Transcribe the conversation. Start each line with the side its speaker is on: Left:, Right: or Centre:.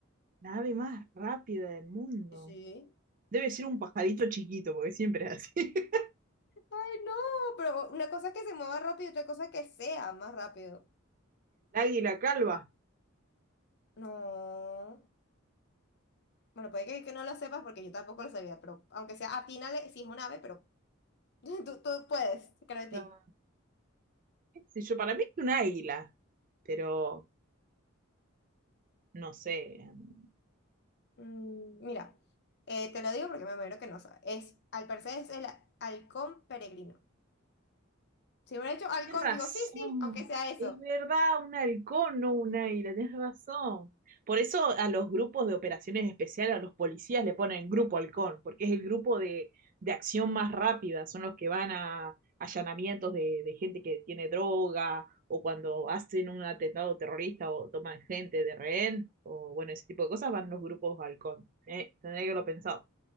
Right: nave más rápida del mundo.
Left: Sí, sí.
Right: Debe ser un pajarito chiquito, porque siempre es así. <laughs>
Left: Ay, no, pero una cosa es que se mueva rápido y otra cosa es que sea más rápido.
Right: El águila calva.
Left: No. Bueno, puede que, que no lo sepas porque yo tampoco lo sabía, pero aunque sea atínale, si es un ave, pero <laughs> tú, tú puedes, creo en ti.
Right: No, qué sé yo, para mí es un águila, pero no sé. em,
Left: Mm, Mira, eh, te lo digo porque me muero que no sabe. Es, al parecer es el halcón peregrino. Si hubiera hecho halcón,
Right: Tienes razón,
Left: digo, sí, sí, aunque sea eso.
Right: es verdad, un halcón, no un águila, tienes razón. Por eso a los grupos de operaciones especiales, a los policías le ponen grupo halcón, porque es el grupo de, de acción más rápida, son los que van a allanamientos de, de gente que tiene droga o cuando hacen un atentado terrorista o toman gente de rehén, o bueno, ese tipo de cosas, van los grupos halcón. Eh, tendría que haberlo pensado.